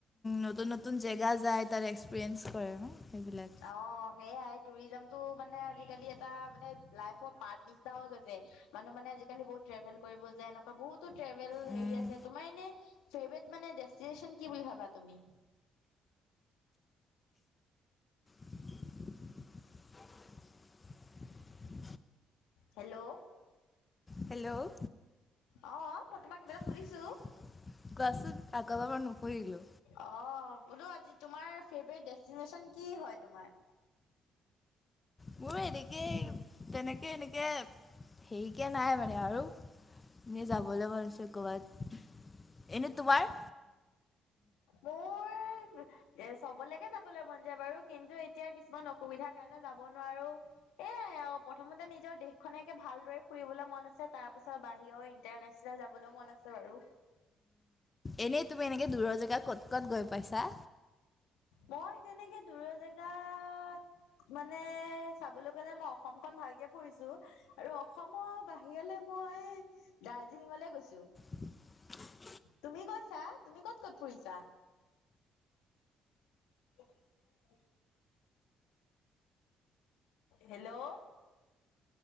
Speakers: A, on the left; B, on the left.
A: নতুন নতুন জেগা যায় তাত এক্সপেৰিয়েঞ্চ কৰে ন সেইবিলাক।
B: অ সেয়াই টুৰিজম টো মানে আজিকালি এটা মানে লাইফৰ পাৰ্ট নিচা হৈ গৈছে মানুহ মানে আজিকালি বহুত ট্ৰেৱে কৰিব যায় এনেকুৱা বহুতো ট্ৰেভেল
A: উম,
B: হেৰি আছে তোমাৰ এনে। ফেভৰিট দেষ্টিনেশ্যন কি বুলি ভাবা তুমি?
A: <inaudible>
B: হেল্ল'
A: হেল্ল',
B: অ মই তোমাক কিবা এটা
A: কোৱাচোন
B: সুধিছো
A: আকৌ এবাৰ মই নুসুধিলো।
B: অহ। বোলো আজি তোমাৰ ফেভাৰেট ডেষ্টিনেশ্চন কি হয় তোমাৰ?
A: মোৰ এনেকে। তেনেকে -এনেকে হেৰিকে নাই মানে আৰু! এ যাবলৈ মন আছে গোৱাত। এনে তোমাৰ?
B: মোৰ এ চবলৈকে যাবলৈ মন যায় বাৰু। কিন্তু এতিয়া কি কিছুমান অসুবিধাৰ কাৰণে যাব নোৱাৰো। এ আই আও। প্ৰথমতে নিজৰ দেশখনকে ভালদৰে ফুৰিবলৈ মন আছে। তাৰ পিছত বাহিৰৰ ইণ্টাৰনেচনেল যাবলৈও মন আছে বাৰু।
A: এনেই তুমি এনেকে দূৰৰ জেগা ক'ত ক'ত গৈ পাইছা?
B: মই তেনেকে দূৰৰ জেগাত মানে চাবলৈ গলে, মই অসমখন ভালকে ফুৰিছো। আৰু অসমৰ বাহিৰলে মই দাৰ্জিলিঙলেগৈছো।
A: <inaudible>
B: তুমি গৈছা? তুমি ক'ত ক'ত ফুৰিছা? <unintelligible> হেল্ল'